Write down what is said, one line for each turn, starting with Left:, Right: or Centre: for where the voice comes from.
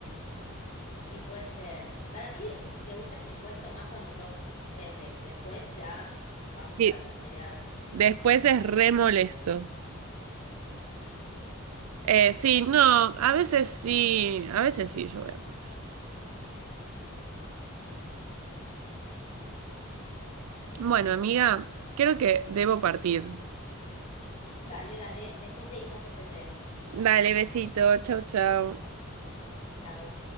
Left: Y puede ser. Para mí eh, te gusta el opuesto más cuando sos pendex. Después ya vamos
Right: Sí,
Left: a la comodidad.
Right: después es re molesto. Eh, sí, no, a veces sí, a veces sí, yo voy a poner. Bueno, amiga, creo que debo partir.
Left: Dale, dale. Después seguimos este test.
Right: Dale, besito, chau, chau.
Left: Chao.